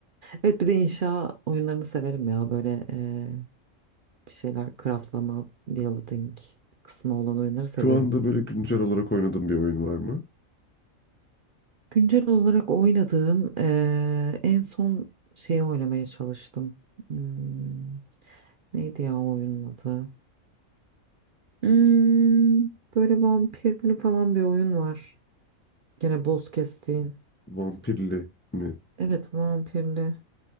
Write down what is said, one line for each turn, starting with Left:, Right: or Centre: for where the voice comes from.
Right: Evet bir de inşa oyunlarını severim ya. Böyle eee, bir şeyler craftlama, building kısmı olan oyunları seviyorum.
Left: Şu anda böyle güncel olarak oynadığım bir oyun var mı?
Right: Güncel olarak oynadığım eee, en son şeyi oynamaya çalıştım. Hmm, neydi ya o oyunun adı? Hmm, böyle vampirli falan bir oyun var. Gene boss kestiğin.
Left: Vampirli mi?
Right: Evet vampirli.